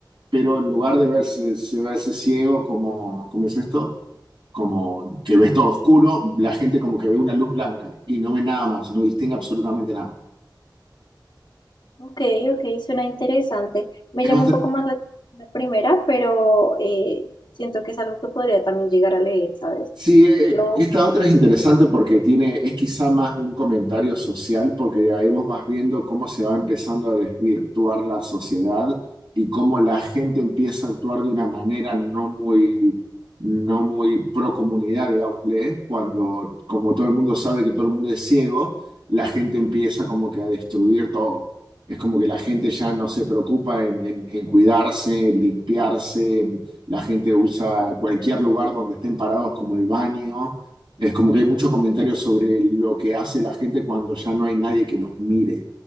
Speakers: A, on the right (about 75°); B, on the left (about 65°).
A: Pero en lugar de verse, se verse ciego, como, ¿cómo es esto? Como que ves todo oscuro, la gente como que ve una luz blanca y no ve nada más, no distingue absolutamente nada.
B: Ok, ok, suena interesante. Me
A: Es
B: llama un poco más la, la primera, pero eh, siento que es algo que podría también llegar a leer, ¿sabes?
A: Sí, eh,
B: Yo,
A: eh, esta otra es interesante porque tiene, es quizá más un comentario social, porque ahí vos vas viendo cómo se va empezando a desvirtuar la sociedad y cómo la gente empieza a actuar de una manera no muy, no muy pro comunidad, digámosle, cuando como todo el mundo sabe que todo el mundo es ciego, la gente empieza como que a destruir todo. Es como que la gente ya no se preocupa en, en- en cuidarse, en limpiarse, la gente usa cualquier lugar donde estén parados como el baño. Es como que hay muchos comentarios sobre lo que hace la gente cuando ya no hay nadie que los mire.